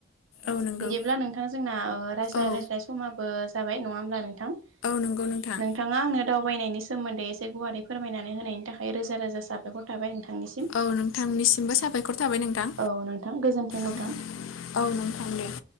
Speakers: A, on the right (about 80°); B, on the left (about 80°).
A: ओ
B: औ नंगौ
A: बिदिब्ला नोंथां जोंना ओ रायज्लाय
B: औ
A: राय्जलाय समाबो जाबाय नङा होमब्ला नोंथां
B: नंगौ
A: औ।
B: नोंथां
A: नोंथाङा आंनो दावबायनायनि सोमोन्दै ए गुवारै फोरमायनानै होनायनि थाखाय रोजा रोजा साबायखर थाबाय। नोंथांनिसिम
B: औ नोंथांनिसिमबो साबायखर थाबाय नोंथां
A: औ नोंथां गोजोन्थों नोंथां।
B: औ। औ नोंथां।